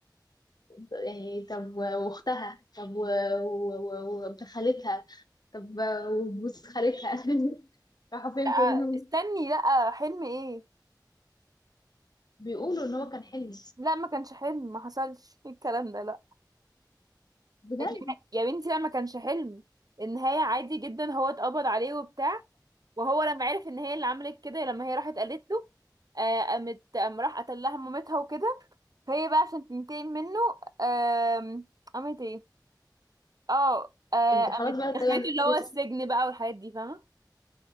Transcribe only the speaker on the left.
يعني طب و- واختها طب و- و- و- وابن خالتها طب وجوز خالتها <laughs> راحوا فين
كلهم
بيقولوا ان هو كان حلم
بجد
إج-
خلاص بقى
كده نسيته
صح؟